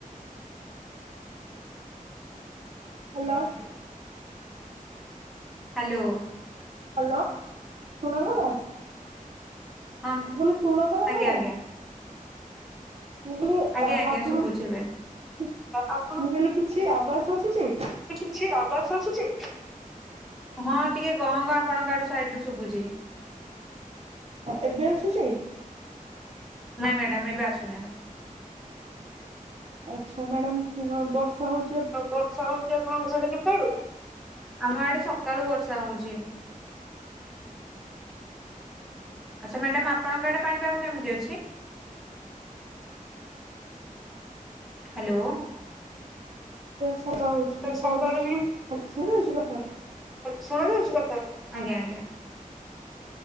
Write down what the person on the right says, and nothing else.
ହାଲୋ।
ହାଲୋ ଶୁଣାଗଲା?
ମୁଁ କଇଲି ଶୁଣାଗଲା
ମ୍ୟାଡାମ୍?
ମୁଁ କଇଲି
ଆପଣ।
ମୁଁ
କହିଲି କିଛି ଆବାସ୍ ଆସିୁଛି?
ଏବେ ଆସୁଚି?
ଆଛା ମ୍ୟାଡାମ୍ ବର୍ଷା ହୋଉ
ସଜା ହୋଉଛି
ଘରୁ ଶୁଣାଉଚି କଥା?